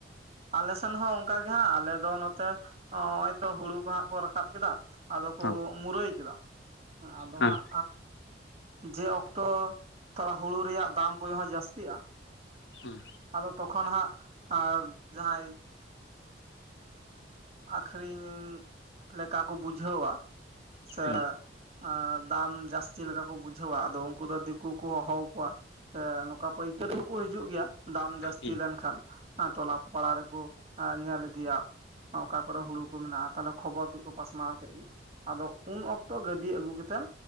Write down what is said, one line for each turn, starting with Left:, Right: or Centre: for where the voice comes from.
Right: ᱟᱞᱮᱥᱮᱱ ᱦᱚᱸ ᱚᱱᱠᱟ ᱜᱮ ᱦᱟᱸᱜ ᱟᱞᱮ ᱫᱚ ᱱᱚᱛᱮ ᱱᱚᱜᱚᱭᱛᱚ ᱦᱩᱲᱩ ᱠᱚᱦᱚ ᱦᱟᱸᱜ ᱠᱚ ᱨᱟᱠᱟᱵ ᱠᱮᱫᱟ ᱟᱫᱚ ᱠᱚ
Left: ᱦᱮᱸ
Right: ᱢᱩᱨᱟᱹᱭ ᱠᱮᱫᱟ ᱟᱫᱚ
Left: ᱦᱮᱸ
Right: ᱦᱟᱸᱜ ᱡᱮ ᱚᱠᱛᱚ <unintelligible> ᱦᱩᱲᱩ ᱨᱮᱭᱟᱜ ᱫᱟᱢ ᱠᱚᱦᱚ ᱡᱟᱹᱥᱛᱤᱜᱼᱟ
Left: <unintelligible>
Right: ᱟᱫᱚ ᱛᱚᱠᱷᱚᱱ ᱦᱟᱸᱜ ᱟᱸ ᱡᱟᱦᱟᱸᱭ ᱟᱠᱷᱨᱤᱧ ᱞᱮᱠᱟ ᱠᱚ ᱵᱩᱡᱷᱟᱹᱣᱟ ᱥᱮ
Left: ᱦᱮᱸ ᱦᱮᱸ
Right: ᱟ ᱫᱟᱢ ᱡᱟᱹᱥᱛᱤ ᱞᱮᱠᱟ ᱠᱚ ᱵᱩᱡᱷᱟᱹᱣᱟ ᱟᱫᱚ ᱩᱱᱠᱩ ᱫᱚ ᱫᱤᱠᱩ ᱠᱚ ᱦᱚᱦᱚ ᱟᱠᱚᱣᱟ ᱥᱮ ᱱᱚᱝᱠᱟ ᱯᱟᱹᱭᱠᱟᱹᱨᱤ ᱦᱚᱸᱠᱚ ᱦᱤᱡᱩᱜ ᱜᱮᱭᱟ ᱫᱟᱢ ᱡᱟᱹᱥᱛᱤ
Left: ᱦᱮᱸ
Right: ᱞᱮᱱᱠᱷᱟᱱ ᱟᱸ ᱴᱚᱞᱟ ᱯᱟᱲᱟ ᱨᱮᱠᱚ ᱧᱮᱞ ᱤᱫᱤᱭᱟ ᱚᱠᱟ ᱠᱚᱨᱮ ᱦᱩᱲᱩ ᱠᱚ ᱢᱮᱱᱟᱜᱼᱟ ᱛᱟᱦᱞᱮ ᱠᱷᱚᱵᱚᱨ ᱠᱚ ᱠᱚ ᱯᱟᱥᱱᱟᱣ ᱠᱮᱫ ᱜᱮ ᱟᱫᱚ ᱩᱱ ᱚᱠᱛᱚ ᱜᱟᱹᱰᱤ ᱟᱹᱜᱩ ᱠᱟᱛᱮᱱ